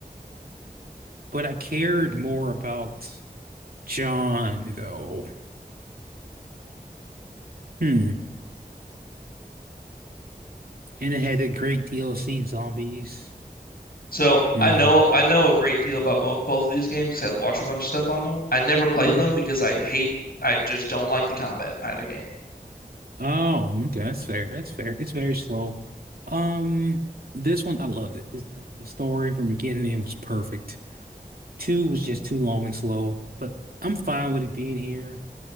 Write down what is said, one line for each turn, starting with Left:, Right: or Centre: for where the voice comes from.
Right: But I cared more about John though. Hmm. And it had a great DLC zombies.
Left: So
Right: Mm,
Left: I know I know a great deal about mo both of these games 'cause I watch a bunch of stuff on them. I never played
Right: hmm
Left: them because I hate I just don't like the combat in either game.
Right: Oh, okay. That's fair. That's fair. It's very slow. Um, this one I loved it. It's, the story from beginning to end was perfect. Two was just too long and slow, but I'm fine with it being here.